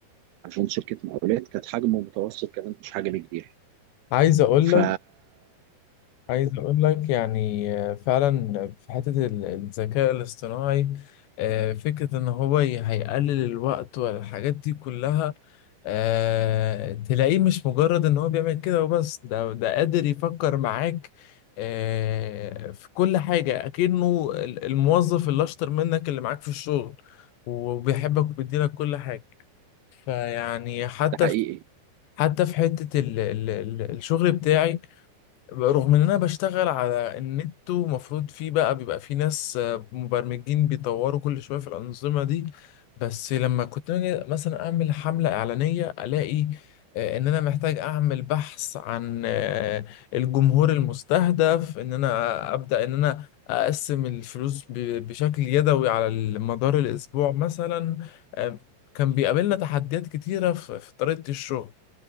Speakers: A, on the right; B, on the left.
A: عشان شركه مقاولات كانت حجمه متوسط كمان مش حجم كبير
B: عايز اقول
A: ف
B: لك عايز اقول لك يعني آه، فعلا في حتة ال- الذكاء الاصطناعي آه، فكرة ان هو ي- هيقلل الوقت والحاجات دي كلها آه، تلاقيه مش مجرد ان هو بيعمل كده وبس ده ده قادر يفكر معاك آه، في كل حاجة اكنه ال- الموظف اللي اشطر منك اللي معاك في الشغل وبيحبك وبيديلك كل حاجة فيعني حتى
A: ده حقيقي
B: حتى في حتة ال ال ال الشغل بتاعي رغم ان انا بشتغل على النت ومفروض فيه بقى بيبقى فيه ناس آه، مبرمجين بيطوروا كل شوية في الأنظمة دي بس لما كنت أجي مثلا اعمل حملة إعلانية الاقي آه، ان انا محتاج اعمل بحث عن آه، الجمهور المستهدف ان انا ابدأ ان انا اقسم الفلوس ب- بشكل يدوي على مدار الاسبوع مثلا آه، كان بيقابلنا تحديات كتيرة في في طريقة الشغل